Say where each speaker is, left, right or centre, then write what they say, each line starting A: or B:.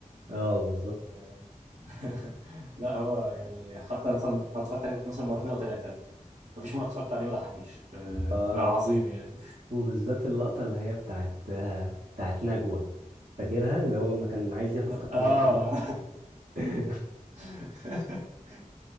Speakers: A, on the right; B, on the right.
A: اه بالظبط
B: آه. <laughs> لا هو يعني حتى مثلا أنا اتفرجت عليه مثلا مرتين او ثلاثه مفيش مره اتفرجت عليه ما ضحكنيش آه.
A: اه
B: لا عظيم يعني
A: وبالذات اللقطة اللي هي بتاعت آه، بتاعت نجوى فاكرها اللي هو لما كان عايز ياخد قرض
B: اه
A: من البنك <laughs>
B: <laughs>